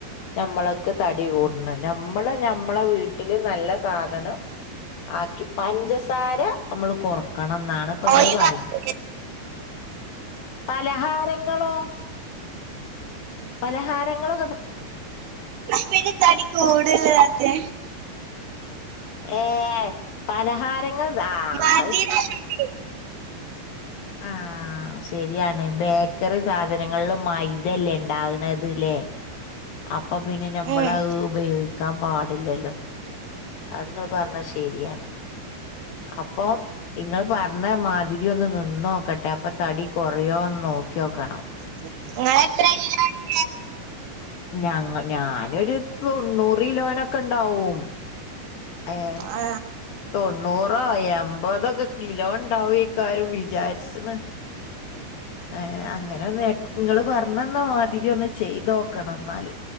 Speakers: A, on the left (about 70°); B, on the right (about 80°).
A: നമ്മൾക്ക് തടി കൂട്ന്ന്ണ്ട് നമ്മള് നമ്മളെ വീട്ട വട്ടില് നല്ല സാധനം ആക്കി പഞ്ചസാര നമ്മള് കൊറക്കണം ന്നാണ് ഇപ്പൊ നിങ്ങള്
B: ഒഴിവാക്കി
A: പറയി പലഹാരങ്ങളോ പലഹാരങ്ങളു
B: പിന്ന തടി കൂടെല്ലാണ്ട്
A: ഏ പലഹാരങ്ങൾ ആ
B: മധുരല്ലേ?
A: അത് ശരി ആ ശെരിയാണ് ബേക്കറി സാധനങ്ങളില് മൈതല്ലേ ണ്ടാകണത് ലേ അപ്പൊ പിന്നെ നമ്മളത്
B: ഉം.
A: ഉപയോഗിക്കാൻ പാടില്ലല്ലോ അത് നിങ്ങള് പറഞ്ഞ ശെരിയാണ് അപ്പം ഇങ്ങള് പറഞ്ഞ മാതിരി തിരി ഒന്ന് നിന്നോക്കട്ടെ അപ്പൊ തടി കുറയോന്ന് നോക്യോക്കണം
B: <inaudible>
A: ഞങ്ങ ഞാനൊരു തൊണ്ണൂറ് കിലോനൊക്കെ ഇണ്ടാവും അഏ
B: ആ.
A: തൊണ്ണൂറൊ എമ്പതൊക്കെ കിലോ ഉണ്ടാവക്കാരും വിചാരിച്ണ് ഏ അങ്ങനൊന്ന് ങ്ങള് പറഞ്ഞെന്ന മാതിരൊന്ന് ചെയ്തോക്കണം ന്നാല്